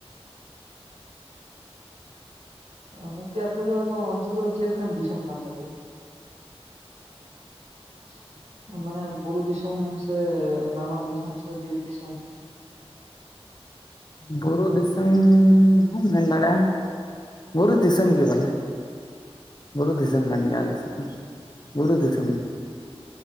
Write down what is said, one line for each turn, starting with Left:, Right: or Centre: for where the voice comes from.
Right: ᱜᱚᱝᱠᱮ ᱟᱯᱮ ᱫᱚ ᱟᱫᱚ ᱚᱱᱛᱮ ᱫᱚ ᱪᱮᱫ ᱞᱮᱠᱟᱱ ᱫᱤᱥᱚᱢ ᱠᱟᱱ ᱛᱟᱯᱮᱭᱟ? <inaudible> ᱢᱟᱱᱮ ᱵᱩᱨᱩ ᱫᱤᱥᱚᱢ ᱥᱮ ᱱᱟᱢᱟᱞ ᱫᱤᱥᱚᱢ ᱥᱮ ᱵᱤᱨ ᱫᱤᱥᱚᱢ?
Left: ᱵᱩᱨᱩ ᱫᱤᱥᱚᱢ ᱦᱚᱢ ᱢᱮᱱ ᱫᱟᱲᱮᱼᱟ᱾ ᱵᱩᱨᱩ ᱫᱤᱥᱚᱢ ᱜᱮ ᱵᱚᱞᱮ᱾ ᱵᱩᱨᱩ ᱫᱤᱥᱚᱢ ᱠᱟᱱ ᱜᱮᱭᱟ ᱟᱞᱮ ᱥᱮᱫ ᱫᱚ᱾ ᱵᱩᱨᱩ ᱫᱤᱥᱚᱢ